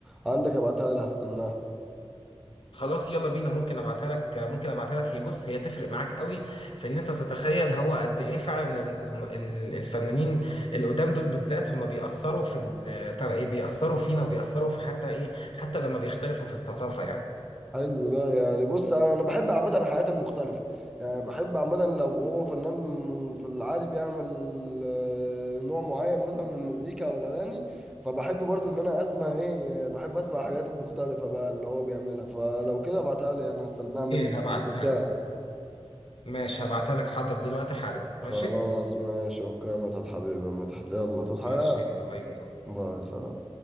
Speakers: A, in the centre; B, on the left.
A: عندك ابعتها لي هستناها
B: خلاص يلا بينا ممكن ابعتها لك ممكن ابعتها لك هي بص هي تفرق معاك قوي في ان انت تتخيل هو قد ايه فعلا الم- ال- الفنانين القدام دول بالذات هم بيأثروا في ال- بتاع ده ايه بيأثروا فينا وبيأثروا في حتى ايه حتى لما بيختلفوا في الثقافة يعني
A: حلو ده يعني بص انا انا بحب عامه الحياة المختلفه يعني بحب عامه لو هو فنان في العادي بيعمل آه، نوع معين مثلا من المزيكا او الاغاني فبحب برضو ان انا اسمع ايه آه، بحب اسمع الحاجات المختلفه بقى اللي هو بيعملها فلو كده ابعتها لي انا هستناها منك
B: ايه هبعتها
A: بس ما تنساها
B: لك ماشي هبعتها لك حاضر دلوقتي حالا ماشي
A: خلاص ماشي اوكي يا مدحت حبيبي يا مدحت يلا تصحى
B: ماشي
A: يا
B: يلا باي باي
A: باي سلام